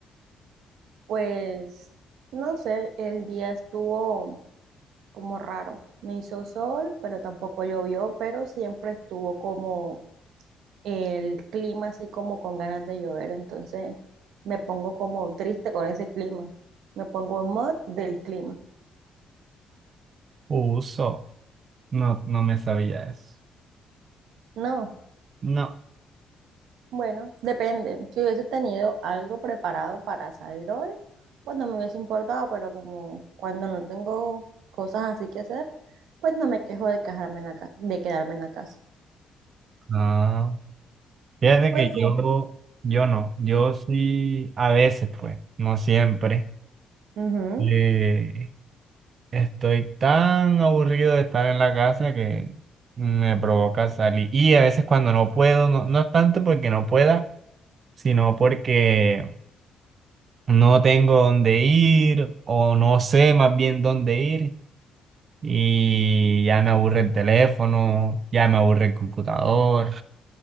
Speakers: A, on the right; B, on the right.
A: Pues, no sé, el día estuvo como raro. No hizo sol, pero tampoco llovió, pero siempre estuvo como el clima así como con ganas de llover. Entonces me pongo como triste con ese clima. Me pongo en mod del clima.
B: Uso. No, no me sabía eso.
A: No.
B: No.
A: Bueno, depende. Si hubiese tenido algo preparado para salir hoy, pues no me hubiese importado, pero como cuando no tengo cosas así que hacer, pues no me quejo de quejarme en la ca- de quedarme en la casa.
B: Ah, fíjate
A: Pues
B: que yo,
A: sí.
B: yo no, yo sí, a veces pues, no siempre.
A: Ujú.
B: Eh, estoy tan aburrido de estar en la casa que me provoca salir. Y a veces cuando no puedo, no, no es tanto porque no pueda, sino porque no tengo dónde ir o no sé más bien dónde ir. y ya me aburre el teléfono, ya me aburre el computador